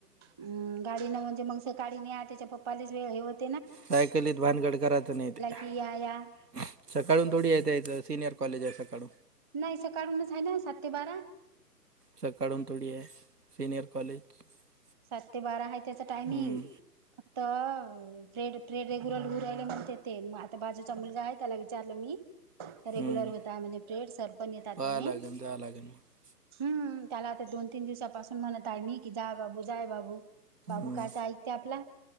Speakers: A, on the right; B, on the right.
A: हम गाडी न म्हणजे मग सकाळी न्या तेच्या पपालाच ते हे होतय.
B: सायकलीत भानगड करायचं नाहीत ते
A: की या या
B: सकाळून थोडीे येता येत सिनियर कॉलेज हाय सकाळी.
A: नाही सकाळुनच आहे ना सात ते बारा.
B: सकाळून तोडी आहे सीनियर कॉलेज <unintelligible>
A: सात ते बारा आहे त्याचा टायमिंग
B: हम्म
A: फक्त- तर ब्रेड ब्रेड रेग्युलर लह राहिले म्हणते ते आता बाजूचा मुलगा आहे त्याला विचारलं मी- <unintelligible> रेग्युलर
B: हम्म
A: होता म्हणजे प्रेड सर पण येतात
B: पाहावं
A: म्हणे-
B: लागेल जावं लागेल मग
A: हम्म त्याला आता दोन, तीन दिवसापासून म्हणत आली कि जा बाबू, जा बाबू, बाबू
B: हम्म.
A: कायच ऐकते आपला